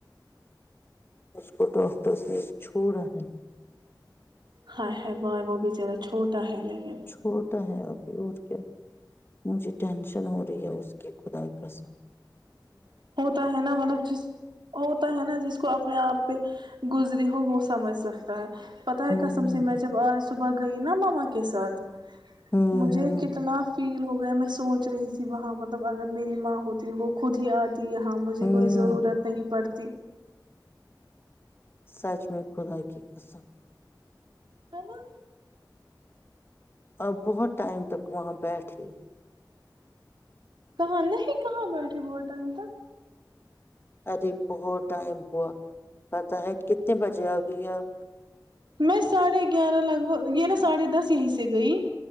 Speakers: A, on the left; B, on the right.
A: اس کو ڈاکٹرس نے چھوڑا ہے
B: ہائے ہائے بائے وہ بچارا چھوٹا ہے لیکن
A: چھوٹا ہے ابھی اور کیا مجھے ٹینشن ہو رہی ہے اس کی خدائی کا ساتھ
B: ہوتا ہے نا مطلب جس ہوتا ہے نا جس اس کو اپنے آپ پہ گزری ہو وہ سمجھ سکتا ہے پتہ ہی
A: ہوں
B: قسم س میں جب آج صبح گئی نا مما کے ساتھ
A: ہوں
B: مجھے
A: ہوں
B: کتنا فیل ہو گیا میں سوچ رہی تھی وہاں مطلب اگر میری ماں ہوتی وہ خود ہی آ ی ہاں مجھے
A: ہوں
B: کوئی ضرورت نہیں بڑھتی
A: سچ میں خدا کی قسم
B: ہ ن <unintelligible>
A: ا بہت ٹائم تک وہاں بیٹھے
B: کہاں نہیں کہاں بیٹھی بہت ٹائم تک
A: ارے بہت ٹائم ہوا پتاہ ہے کتنے بجے آ گئی آپ
B: میں ساڑھے گیارہ لگ بھگ یہ نا ساڑھے دس یہیں سے گئی